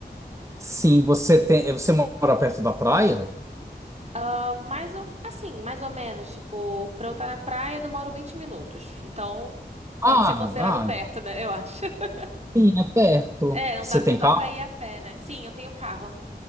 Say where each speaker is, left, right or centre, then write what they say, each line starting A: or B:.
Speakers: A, on the right (about 15°); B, on the right (about 40°).
A: Sim, você tem, você mora perto da praia?
B: Ah, mas eu- assim, mais ou menos, tipo, pra eu estar na praia eu demoro 20 minutos. Então,
A: Ah,
B: pode ser considerado
A: ah,
B: perto, né? Eu acho. <laughs>
A: sim, é perto.
B: É, não
A: Você
B: dá,
A: tem
B: não
A: carro?
B: dá pra ir a pé, né? Sim, eu tenho carro.